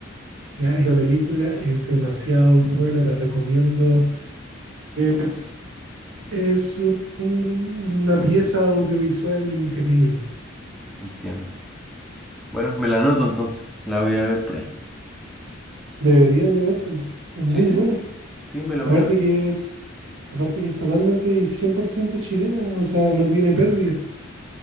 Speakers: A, on the right; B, in the centre.
A: Ya, esta película es demasiado buena, la recomiendo. Es, es un- una pieza audiovisual increíble.
B: entiendo. Bueno, me la anoto entonces, la voy a ver por ahí.
A: Deberías de vértela, es muy
B: Sí, sí,
A: buena.
B: sí, me la
A: Aparte
B: voy a ver.
A: que es, aparte que es totalmente y 100% chilena, o sea, no tiene pérdida.